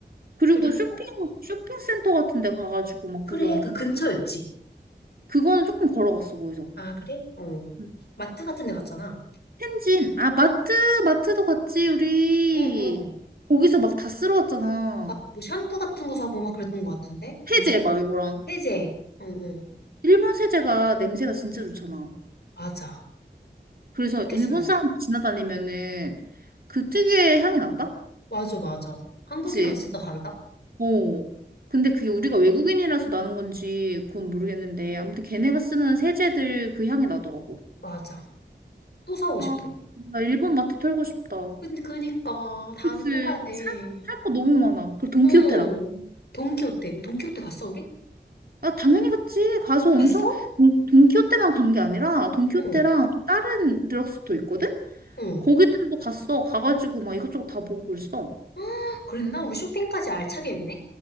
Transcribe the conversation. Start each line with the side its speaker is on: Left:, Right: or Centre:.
Right: 그리고
Left: 그리고,
Right: 쇼핑 쇼핑센터 같은 데 가가지고 막
Left: 그래,
Right: 구경하고
Left: 그 근처였지.
Right: 그거는 조금 걸어갔어 거기서
Left: 아, 그래? 어.
Right: 음
Left: 마트 같은 데 갔잖아.
Right: 진아 마트 마트도 갔지 우리
Left: 어, 어.
Right: 거기서 막 다 쓸어왔잖아
Left: 막 뭐 샴푸 같은 거 사고 막 그랬던 것 같은데?
Right: 세제
Left: 엄청?
Right: 막 이거랑
Left: 세제. 어, 어.
Right: 일본 세제가 냄새가 진짜 좋잖아
Left: 맞아.
Right: 그래서
Left: 아꼈어야
Right: 일본 사람
Left: 돼.
Right: 지나다니면은 그 특유의 향이 난다?
Left: 맞아, 맞아. 한국이랑
Right: 그치?
Left: 진짜 다르다?
Right: 어. 근데 그게 우리가 외국인이라서 나는 건지 그건 모르겠는데 아무튼 걔네가 쓰는 세제들 그 향이 나더라고.
Left: 맞아. 또 사오고
Right: 아,
Left: 싶어.
Right: 나 일본 마트 털고 싶다.
Left: 근데 그니까 다음에
Right: 그치?
Left: 또 가야 돼.
Right: 살, 살 거 너무 많아. 그리고 돈키호테랑.
Left: 어. 돈키호테. 우리 돈키호테 갔어, 우리?
Right: 아, 당연히 갔지. 가서 엄청
Left: 갔어?
Right: 돈, 돈키호테만 간 게 아니라 돈키호테랑
Left: 어.
Right: 다른 드럭스토어 있거든?
Left: 응.
Right: 거기들도 갔어. 가가지고 막 이것저것 다 보고 그랬어.
Left: <gasps> 그랬나? 우리 쇼핑까지 알차게 했네?